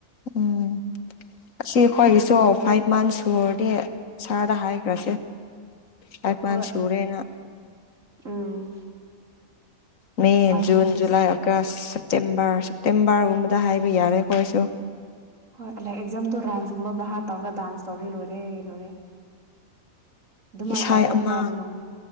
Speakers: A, on the left; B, on the right.
A: ꯎꯝ ꯑꯁꯤ ꯑꯩꯈꯣꯏꯒꯤꯁꯨ ꯐꯥꯏꯚ ꯃꯟꯁ ꯁꯨꯔꯗꯤ ꯁꯥꯔꯗ ꯍꯥꯏ ꯔꯁꯦ ꯄꯒꯃꯥꯟ
B: ꯍꯣꯏ
A: ꯁꯨꯔꯦꯅ
B: um
A: May
B: five
A: June
B: months
A: July August September ꯁꯦꯞꯇꯦꯝꯕꯔꯒꯨꯝꯕꯗ ꯍꯥꯏꯕ ꯌꯥꯔꯦ ꯑꯩꯈꯣꯏꯁꯨ
B: ꯍꯣꯏ ꯂꯥꯏ ꯑꯦꯛꯖꯥꯝꯗꯣ ꯔꯥꯟꯁꯀꯨꯝꯕ ꯚꯔ ꯇꯧꯔꯒ ꯗꯥꯟꯁ ꯇꯧꯔꯤ ꯂꯣꯏꯔꯦ ꯂꯣꯏꯔꯦ ꯑꯗꯨꯃꯥꯏꯅ
A: ꯏꯁꯩ
B: ꯇꯧꯋꯤ ꯍꯥꯏꯕ꯭ꯔꯥꯗꯣꯝ
A: ꯑꯃ